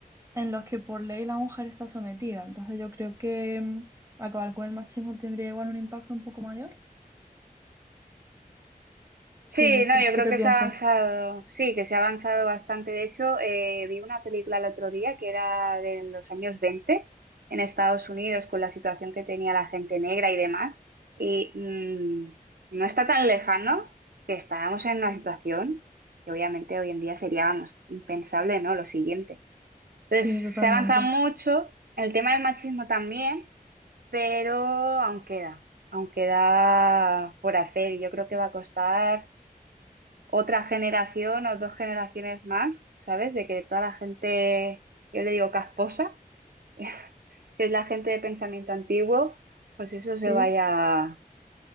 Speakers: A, on the right; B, on the right.
A: en los que por ley la mujer está sometida. Entonces yo creo que mm, acabar con el machismo tendría igual un impacto un poco mayor. Sí,
B: Sí,
A: no
B: no,
A: sé.
B: yo creo
A: ¿Tú qué
B: que
A: piensas?
B: se ha avanzado, sí, que se ha avanzado bastante. De hecho, eh, vi una película el otro día que era de los años 20 en Estados Unidos con la situación que tenía la gente negra y demás. Y mm, no está tan lejano que estábamos en una situación que obviamente hoy en día sería, vamos, impensable, ¿no? Lo siguiente. Entonces,
A: Sí, totalmente.
B: se ha avanzado mucho, el tema del machismo también, pero aún queda, aún queda por hacer y yo creo que va a costar otra generación o dos generaciones más, ¿sabes? De que toda la gente, yo le digo casposa, <laughs> que es la gente de pensamiento antiguo, pues eso
A: Sí.
B: se vaya,